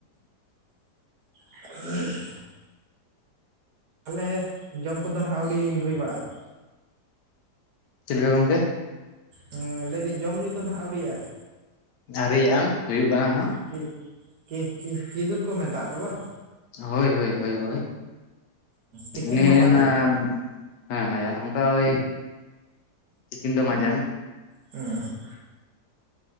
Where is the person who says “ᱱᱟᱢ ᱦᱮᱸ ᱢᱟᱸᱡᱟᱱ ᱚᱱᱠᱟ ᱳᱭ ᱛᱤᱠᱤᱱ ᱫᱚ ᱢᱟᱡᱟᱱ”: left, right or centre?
Left